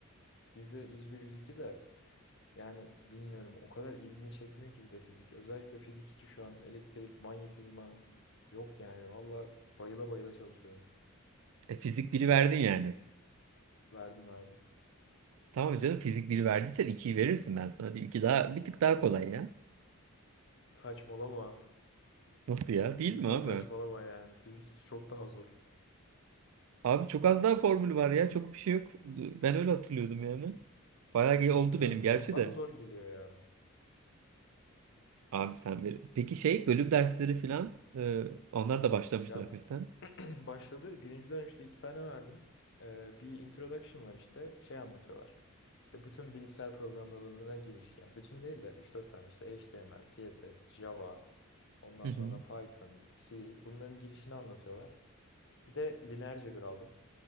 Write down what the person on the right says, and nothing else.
E, fizik 1'i verdin yani.
Tamam canım fizik 1 verdiysen 2'yi verirsin ben sana diyeyim. 2 daha bir tık daha kolay ya.
Nasıl ya? Değil
mi abi?
Abi çok az daha formül var ya. Çok bir şey yok. Ben öyle hatırlıyordum yani. Bayağı
ge- oldu
benim gerçi
de.
Abi sen ver. Peki şey bölüm dersleri falan e, onlar da başlamıştır
hafiften.
Hı hı.